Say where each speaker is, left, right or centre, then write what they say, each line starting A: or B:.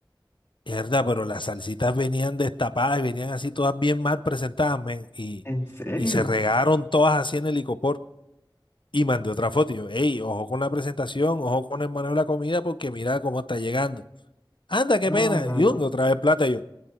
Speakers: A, on the left; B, on the left.
A: Mierda, pero las salsitas venían destapadas y venían así todas bien mal presentadas, men. Y,
B: en serio,
A: y se regaron todas así en el licopor. Y mandé otra foto. Y yo, ey, ojo con la presentación, ojo con el manejo de la comida, porque mira cómo está llegando. Anda, qué
B: no,
A: pena.
B: no,
A: Y
B: no.
A: un, otra vez plata. Y yo,